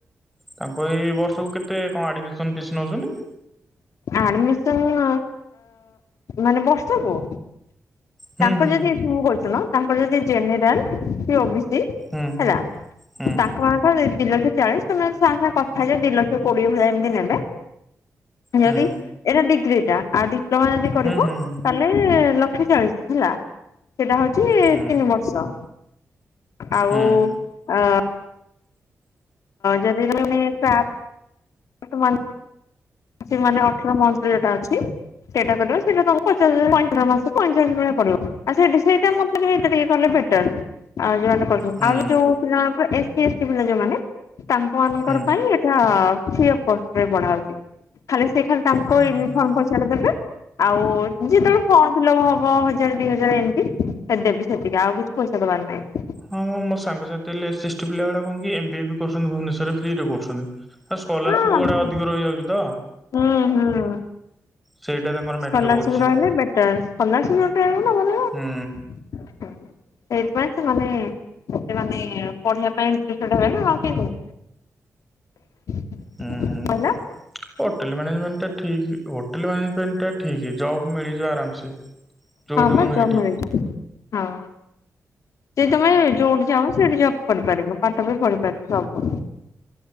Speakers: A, in the centre; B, on the left.
A: ତାଙ୍କ ଏଇ ବର୍ଷକୁ କେତେ କଣ ଆଡମିସନ ଫିସ୍ ନେଉଛନ୍ତି।
B: ଆଡମିସନ ମାନେ ବର୍ଷକୁୁ?
A: ହୁଁ
B: ତାଙ୍କର
A: ହୁଁ
B: ଯଦି ତ କହୁଛୁ ନା ତାଙ୍କର ଯଦି ଜେନେରାଲ ସ ଓ ବି ସି।
A: ହୁଁ
B: ହେଲା
A: ହୁଁ
B: ତା ଜଣଙ୍କର ଦିଇ ଲକ୍ଷ ଚାଳିଶି ତମେ ଆସି ତାଙ୍କ ସାଙ୍ଗେ କଥା ହେଇଯିବ ଦି ଲକ୍ଷ କୋଡିଏ ଭଲିଆ ଏମିତି ନେବେ। ଯଦି
A: ହୁଁ
B: ଏଇଟା ଡିଗ୍ରୀ ଟା ଆଉ ଡିପ୍ଲୋମା ଯଦି କରିବ।
A: ହୁଁ ହୁଁ
B: ତାହେଲେ ଲକ୍ଷେ ଚାଳିଶି ହେଲା ସେଟା ହଉଛି
A: ହୁଁ ହୁଁ
B: ତିନି ବର୍ଷ। ଆଉ
A: ହୁଁ।
B: ଆ ଯଦି ତମେ ବି ପା <unintelligible> ସେ ମାନେ ଅଠର ମନ୍ଥ ଯୋଉଟା ଅଛି। ସେଇଟା କରିବ ସେଟା ତମକୁ ପଚାଶ ପଇଁଚାଳିଶି ଭଲିଆ ପଡିବ ଆଉ ସେ ସେଇଟା ଟିକେ କେଲେ ମତେ ବେ <unintelligible> ଆଉ ଯୋଉ ମାନେ
A: ହୁଁ
B: ଆଉ ଯୋଉ ପିଲାମାନଙ୍କର ଏସି ଏସ୍ଟି ପିଲା ଯୋଉମାନେ ତାଙ୍କ ମାନଙ୍କର
A: ହୁଁ
B: ପାଇଁ ଏଟା <unintelligible> ପଢାହଉଛି। ଖାଲି ସେ ଖାଲି ତାଙ୍କ
A: ହୁଁ
B: ୟୁନିଫର୍ମ ପଇସା ଟା ଦେବେ ଆଉ ଯେତେବେଳେ ଫର୍ମ ଫିଲପ ହବ ହଜାର ଦି ହଜାର ଏମିତି ଦେବେ ସେତିକି ଆଉ କିଛି ପଇସା ଦବାର ନାହିଁ।
A: ହଁ ମୁଁ ମୋ ସାଙ୍ଗସାଥି ହେଲେ ଏସି ଏସ୍ଟି ପିଲ ଗୁଡା କଣ ଏମ୍ ବି ବି କରୁଛନ୍ତି ଭୁବନେଶ୍ଵର ରେ ଫ୍ରିରୀ ରେ କରୁଛନ୍ତି। ଆ ସ୍କୋଲାରସିପ୍
B: ହଁ ହଁ।
A: ଗୁଡା ଅଧିକ ରହିଯାଉଛି ତ।
B: ହୁଁ ହୁଁ।
A: ସେଇଟା ତାଙ୍କର
B: ସ୍କୋଲାରସିପ୍
A: ମ୍ୟାଟର କରୁଛି।
B: ରହିଲେ ବେଟର ସ୍କୋଲାରସିପ୍
A: ହୁଁ
B: <unintelligible> ସେଇଥିପାଇଁ ସେମାନେ ସେ ମାନେ ପଢିବା ପାଇଁ ଇଣ୍ଟ୍ରେଷ୍ଟେ ହେବେନା ଆଉ କେମିତି। କହିଲା
A: ହୁଁ। ହୋଟେଲ ମ୍ୟାନେଜମେଣ୍ଟ ଠିକ୍ ହୋଟେଲ ମ୍ୟାନେଜମେଣ୍ଟ ଠିକ୍ ଜବ୍ ମିଲିଯିବ ଆରାମସେ। ଯୋଉଠି
B: ହଁ ପା
A: ମନ
B: ଜବ୍
A: ହେଇଠି।
B: ମିଲିଜିବ ହଁ। ଯଦି ତମେ ଯୋଉଠି ଚାହିଁବ ସେଇଠି ଜବ୍ କରିପାରିବ ପାଠ ବି ପଢିପାରିବ ସବୁ।